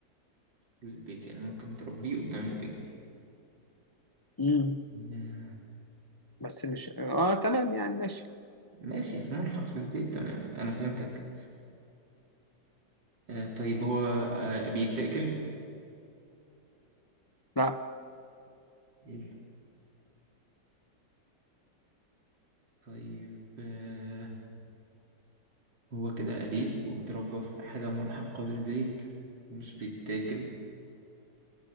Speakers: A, on the right (about 85°); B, on the left (about 25°).
A: البيت يعني ممكن تربيه قدام البيت
B: امم
A: آه،
B: بس مش اه تمام يعني ماشي
A: ماشي في ملحق للبيت تمام أنا فهمتك آه، طيب هو آه، بيتاكل
B: لا
A: حلو. طيب آه، هو كده أليف ويتربى في حاجة ملحقة بالبيت مش بيتاكل